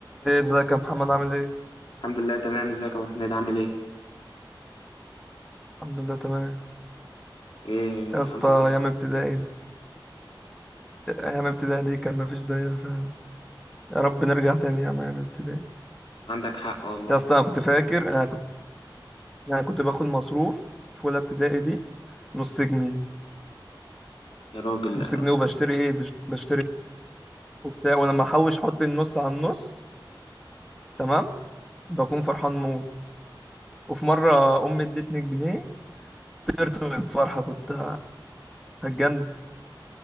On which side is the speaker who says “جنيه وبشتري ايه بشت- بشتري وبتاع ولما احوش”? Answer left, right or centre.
Centre